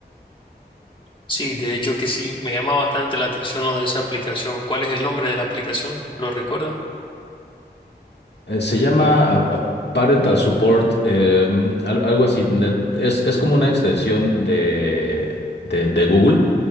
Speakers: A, on the left; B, on the left.
A: Sí, de hecho que sí, me llama bastante la atención lo de esa aplicación. ¿Cuál es el nombre de la aplicación? ¿Lo recuerda?
B: Eh, se llama a- a Parental Support, eh, mm, al- algo así. Ne- Es, es como una extensión de, de, de Google,